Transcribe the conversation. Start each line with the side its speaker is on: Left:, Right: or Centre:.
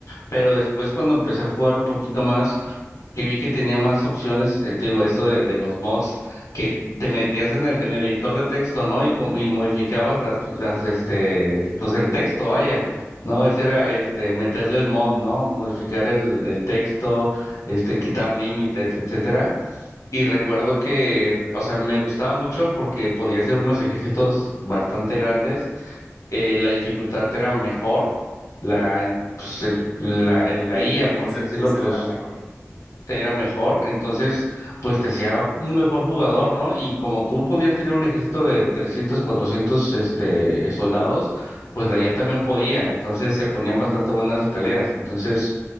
Left: pero después cuando empecé a jugarlo un poquito más, que vi que tenía más opciones, eh, te digo, esto de, de los mods, que te metías en el, en el editor de texto, ¿no? Y, como- y modificabas las, las, este, pues el texto, vaya, ¿no? Ese era, este, meterle el mod, ¿no? Modificar el, el texto, este, quitar límites, etcétera. Y recuerdo que, o sea, me gustaba mucho porque podía hacer unos ejercicios bastante grandes eh, la dificultad era mejor, la, pues el, la, el-
Centre: Y
Left: la
Centre: la
Left: IA,
Centre: inteligencia
Left: por así
Centre: artificial
Left: decirlo, pues
Centre: era mejor.
Left: era mejor, entonces pues te hacía un mejor jugador, ¿no? Y como tú podías tener un ejército de trescientos cuatrocientos este, soldados, pues la IA también podía, entonces se ponían bastante buenas las peleas, entonces